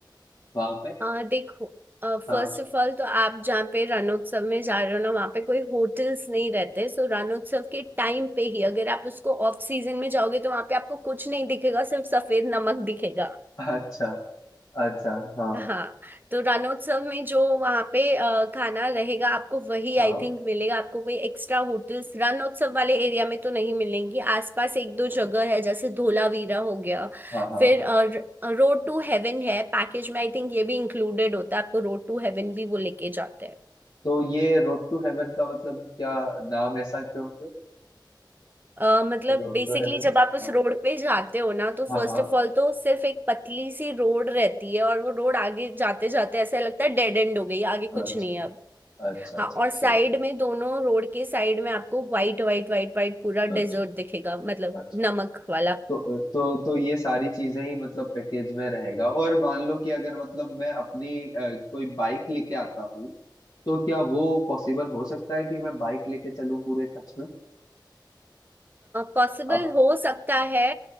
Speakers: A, on the left; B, on the right.
A: वहां पे
B: आ, देखो फर्स्ट
A: हाँ
B: ऑफ ऑल तो आप जहाँ पे रणोत्सव में जा रहे हो ना वहाँ पे कोई होटल्स नहीं रहते सो रणोत्सव के टाइम पे ही अगर आप उसको ऑफ सीजन में जाओगे तो वहाँ पे आपको कुछ नहीं दिखेगा सिर्फ सफेद नमक दिखेगा
A: <laughs> अच्छा अच्छा हाँ
B: हाँ तो रणोत्सव में जो वहाँ पे अ, खाना रहेगा आपको वही
A: हाँ
B: आई थिंक मिलेगा आपको कोई एक्स्ट्रा होटल्स रणोत्सव वाले एरिया में तो नहीं मिलेंगी आसपास एक दो जगह है जैसे धोलावीरा हो गया
A: हाँ हाँ
B: फिर रोड टू हेवन है पैकेज में आई थिंक ये भी इंक्लूडेड होता है आपको रोड टू हेवन भी वो लेके जाते हैं
A: तो ये रोड टू हेवन का मतलब क्या नाम ऐसा क्यों क्यों
B: अ, मतलब
A: Road
B: बेसिकली
A: to heaven
B: जब आप उस
A: हाँ
B: रोड पे जाते हो ना तो
A: हाँ
B: फर्स्ट
A: हाँ
B: ऑफ ऑल तो सिर्फ एक पतली सी रोड रहती है और वो रोड आगे जाते जाते ऐसा लगता है डेड एंड हो गई आगे कुछ
A: अच्छा
B: नहीं है
A: अच्छा
B: हाँ
A: अच्छा
B: और
A: सही
B: साइड में दोनों रोड के साइड में आपको व्हाइट व्हाइट व्हाइट व्हाइट पूरा
A: अच्छा
B: डेजर्ट दिखेगा मतलब
A: अच्छा
B: नमक वाला
A: तो तो तो ये सारी चीजें ही मतलब पैकेज में रहेगा और मान लो कि अगर मतलब मैं अपनी अ, कोई बाइक लेके आता हूँ तो क्या वो पॉसिबल हो सकता है कि मैं बाइक लेके चलूँ पूरे खर्च में
B: पॉसिबल
A: अब
B: हो सकता है